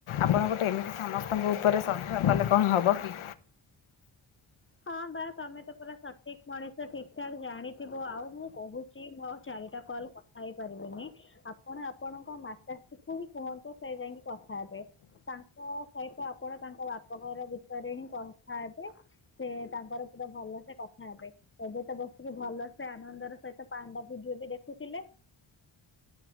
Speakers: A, on the left (about 80°); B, on the left (about 25°).
A: ଆପଣ ଗୋଟେ ଏମିତି ସମସ୍ତଙ୍କ ଉପରେ ସନ୍ଦେହ କଲେ କଣ ହେବ କି?
B: ହଁ ବା ତମେ ତ ପୁରା ସଠିକ ମଣିଷ ଠିକ ଠାକ ଜାଣିଥିବ ଆଉ ମୁଁ କହୁଛି ମୋ ଚାରିଟା କଲ୍ ପାଇପାରିବେନି ଆପଣ ଆପଣଙ୍କ ମାତାଶ୍ରୀକୁ ହିଁ କୁହନ୍ତୁ ସେ ଯାଇକି କଥା ହେବେ। ତାଙ୍କ ସହିତ ଆପଣ ତାଙ୍କ ବାପଘର ବିଷୟରେ ହିଁ କଥା ହେବେ। ସେ ତାଙ୍କର ପୁରା ଭଲ ସେ କଥା ହେବେ। ଏବେ ତ ବସିକି ଭଲସେ ଆନନ୍ଦର ସହିତ ପାଣ୍ଡା ଭିଡିଓ ବି ଦେଖୁଥିଲେ।